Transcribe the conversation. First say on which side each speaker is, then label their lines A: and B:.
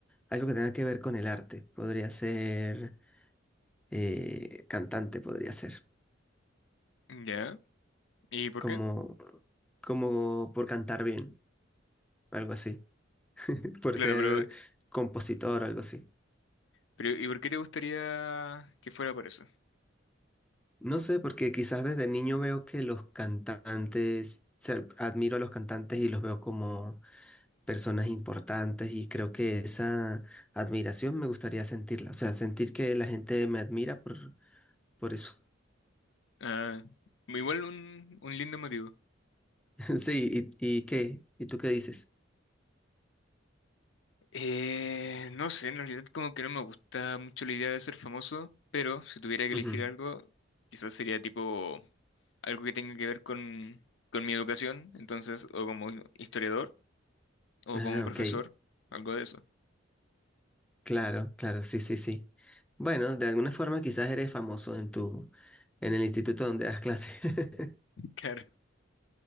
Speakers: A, in the centre; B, on the left.
A: algo que tenga que ver con el arte. Podría ser eh, cantante, podría ser.
B: Ya. ¿Y por
A: Como,
B: qué?
A: como por cantar bien, algo así. <laughs> Por
B: Claro,
A: ser
B: pero,
A: compositor, algo así.
B: pero ¿y por qué te gustaría que fuera por eso?
A: No sé, porque quizás desde niño veo que los cantantes, o admiro a los cantantes y los veo como personas importantes y creo que esa admiración me gustaría sentirla, o sea, sentir que la gente me admira por, por eso.
B: Ah, igual un, un lindo motivo.
A: <laughs> Sí, ¿y, y qué? ¿Y tú qué dices?
B: Eh, no sé, en realidad como que no me gusta mucho la idea de ser famoso, pero si tuviera que elegir
A: Ujú.
B: algo, quizás sería tipo algo que tenga que ver con, con mi educación, entonces, o como historiador, o
A: Ah,
B: como profesor,
A: ok,
B: algo de eso.
A: claro, claro, sí, sí, sí. Bueno, de alguna forma quizás eres famoso en tu, en el instituto donde das clases. <laughs>
B: Claro.